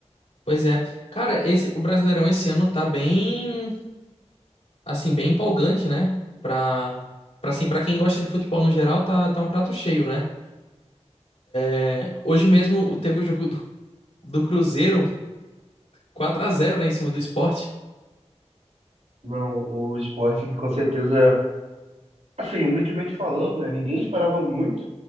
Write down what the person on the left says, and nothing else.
Pois é. Cara, esse, o Brasileirão esse ano tá bem, assim, bem empolgante, né? Pra, pra, assim, pra quem gosta de futebol no geral, tá, tá um prato cheio, né? É, hoje mesmo teve o jogo do, do Cruzeiro, quatro a zero, né, em cima do Sport.